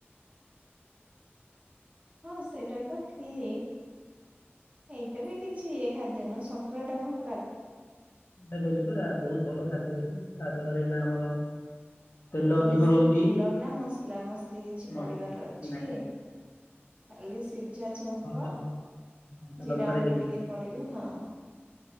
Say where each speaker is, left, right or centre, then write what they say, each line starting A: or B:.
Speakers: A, on the right (about 30°); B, on the left (about 60°).
A: ହଁ ସେଟା ତ ଠିକ୍। ଏଇଟା ବି କିଛି ଇଏ ଖାଦ୍ୟ ନୁହଁ ସନ୍ତୁଳା ଟା କଣ ଖରାପ୍?
B: ଏ କହିଲି ପରା ବହୁତ ଭଲ ଖାଦ୍ୟ ହେଇଛି ତା ଦେହରେ ନା ଆମର ତେଲ ଅଧିକ
A: ବେଶୀ
B: ରହୁଛି
A: ତେଲ ନା ମସଲା ମସଲି କିଛି
B: ମସଲା
A: ପଡିବାର
B: କିଛି
A: ଅଛି।
B: ନାହିଁ
A: ଖାଲି ସିଝା ଝୁଙ୍କ।
B: କଞ୍ଚା ଲଙ୍କା କଞ୍ଚା
A: ଜିରାଗୁଣ୍ଡ
B: ଲଙ୍କାରେ
A: ଟିକେ ପଡିବ ହଁ।